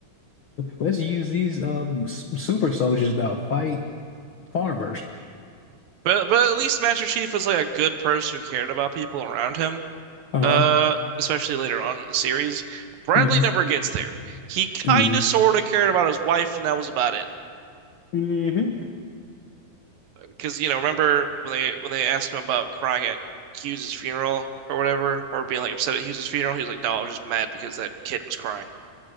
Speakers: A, on the left; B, on the right.
A: Let's use these um s- super soldiers to fight farmers. <laughs>
B: But but at least Master Chief was like a good person who cared about people around him.
A: Uh-huh.
B: Uh, especially later on in the series, Bradley
A: Mm-hmm.
B: never gets there. He kind
A: Mm-hmm.
B: of sort of cared about his wife, and that was about it.
A: Mm-hmm.
B: Because you know, remember when they when they asked him about crying at Hughes's funeral or whatever, or being like upset at Hughes's funeral, he was like, "No, I was just mad because that kid was crying."